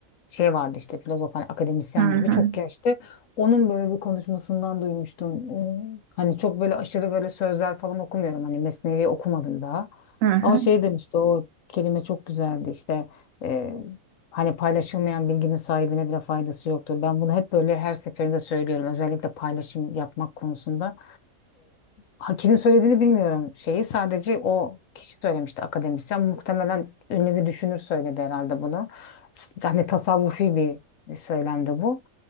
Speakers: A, on the left; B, on the right.
A: şey vardı işte filozof hani akademisyen
B: hı hı,
A: gibi çok yaşlı. Onun böyle bir konuşmasından duymuştum. Ee, Hani çok böyle aşırı böyle sözler falan okumuyorum. Hani Mesnevi okumadım daha.
B: hı hı,
A: Ama şey demişti o kelime çok güzeldi işte. e, hani paylaşılmayan bilginin sahibine bile faydası yoktur. Ben bunu hep böyle her seferinde söylüyorum. Özellikle paylaşım yapmak konusunda. Ha, kimin söylediğini bilmiyorum şeyi. Sadece o kişi söylemişti akademisyen. Muhtemelen ünlü bir düşünür söyledi herhalde bunu. Yani tasavvufi bir, bir söylemdi bu.